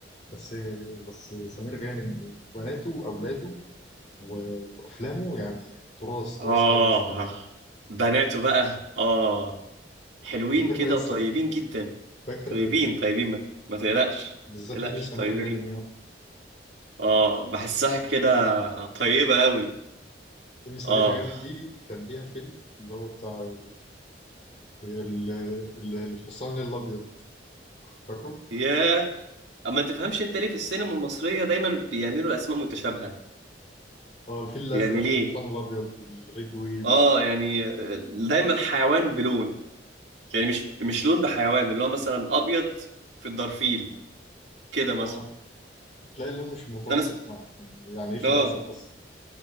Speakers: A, on the left; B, on the right.
A: بس بس سمير غانم وبناته وأولاده و- وأفلامه يعني تراث تراث
B: آه
A: حي الصراحة
B: بناته بقى آه حلوين
A: أنا فاكر
B: كده
A: لسه
B: وطيبين جدا
A: فاكر
B: طيبين طيبين ما, ما تقلقش
A: بالذات
B: ما تقلقش
A: إيمي سمير
B: طيبين
A: غانم
B: اه بحسها كده طيبة قوي
A: إيمي سمير
B: اه
A: غانم دي كان ليها فيلم اللي هو بتاع ال- ال- الحصان الأبيض فاكره؟
B: ياه اما تفهمش انت ليه في السينما المصرية دايما بيعملوا اسماء متشابهة
A: اه الفيل الأزرق
B: يعني ليه
A: والحصان الأبيض والريد ويل
B: اه يعني آه، دايما حيوان بلون يعني مش مش لون بحيوان اللي هو مثلا ابيض في الدرفيل كده مثلا
A: اه تلاقي اللون مش متناسق
B: انا سم...
A: معه يعني يعني إيه فيل
B: اه
A: أزرق أصلا؟